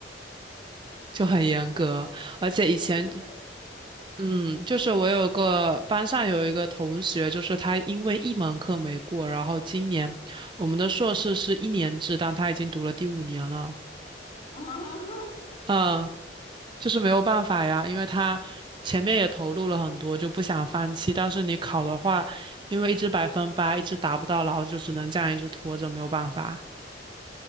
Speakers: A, on the right; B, on the left.
A: 就很严格。而且以前
B: 得延毕呗。
A: 嗯，就是我有个班上有一个同学，就是他因为一门课没过，然后今年我们的硕士是一年制，但他已经读了第五年了。
B: <laughs> 啊，
A: 嗯，就是没有办法呀，因为他前面也投入了很多，就不想放弃。但是你考的话，因为一直百分八，一直达不到，然后就只能这样一直拖着，没有办法。